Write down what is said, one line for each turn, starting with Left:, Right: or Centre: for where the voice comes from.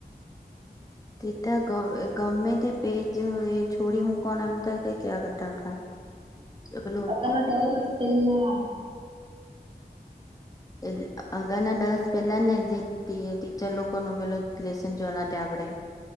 Left: તેતા ગમે ગમેમે તે પેજ છોરી મુકણ ત. કઈ ક્યા કરતા બલો.?
Right: હ દો. પેલા
Left: એ અગાના દસ પેલા ને જે ટીચર લોકો ન પેલો લેશન જોના આપણે